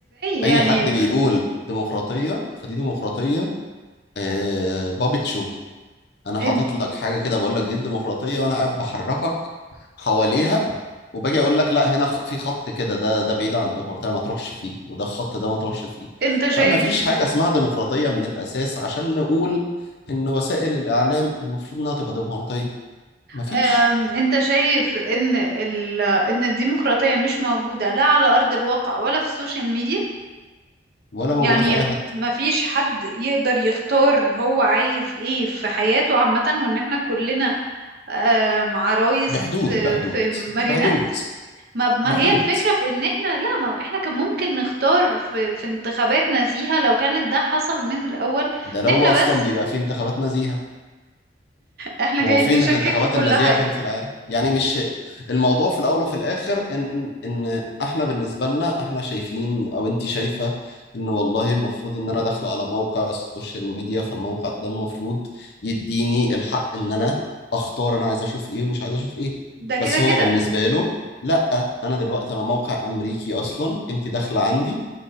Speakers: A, on the right; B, on the left.
A: يعني
B: أي حد بيقول ديمقراطية فدي ديمقراطية آه بابت شو أنا حاطط
A: ان-
B: لك حاجة كده بقول لك دي الديمقراطية وأنا قاعد بحركك حواليها وباجي اقول لك لا هنا خ- في خط كده ده ده بعيد عن الديمقراطيه ما تروحش فيه وده الخط ده ما تروحش فيه
A: انت شايف
B: فما فيش حاجه اسمها ديمقراطيه من الاساس عشان نقول ان وسائل الاعلام المفروض انها تبقى ديمقراطيه ما فيش
A: ام، انت شايف ان ال... ان الديمقراطية مش موجودة لا على ارض الواقع ولا في السوشيال ميديا
B: ولا موجوده
A: يعني
B: في اي حته
A: ما فيش حد يقدر يختار هو عايز ايه في حياته عامة وان احنا كلنا آه، مع رايس
B: بحدود
A: آه،
B: بحدود
A: في ماريونات
B: بحدود
A: ما ما
B: بحدود
A: هي الفكرة في ان احنا لا ما احنا كان ممكن نختار في في انتخابات نزيهة لو كانت ده حصل من الاول
B: ده لو
A: ان احنا
B: اصلا
A: بس
B: بيبقى في انتخابات نزيهه
A: احنا
B: هو
A: جايين
B: فين
A: نشكك
B: الانتخابات
A: في كل
B: النزيهة
A: حاجة
B: فين في العالم؟ يعني مش الموضوع في الأول وفي الآخر إن إن إحنا بالنسبة لنا إحنا شايفين أو أنت شايفة إن والله المفروض إن أنا داخلة على موقع السوشيال ميديا فالموقع ده المفروض يديني الحق إن أنا أختار أنا عايز أشوف إيه ومش عايز أشوف إيه
A: ده كده
B: بس
A: كده
B: هو بالنسبة له لأ أنا دلوقتي أنا موقع أمريكي أصلا أنت داخلة عندي